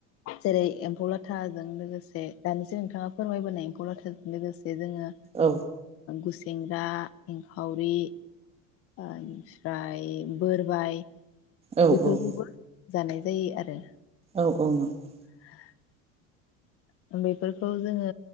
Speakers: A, on the left; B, on the right.
A: जेरै एम्फौ-लाथाजों लोगोसे दानिसो नोंथाङा फोरमायबोनाय एम्फौ लाथाजों लोगोसे - जे जोङो
B: औ
A: गुसें सेंग्रा, इंखावरि ओफ्राय बोरबाय
B: औ
A: बेफोरखौबो
B: औ
A: जानाय जायो आरो
B: औ औ नंगौ।
A: <inaudible> बेफोरखौ जोङो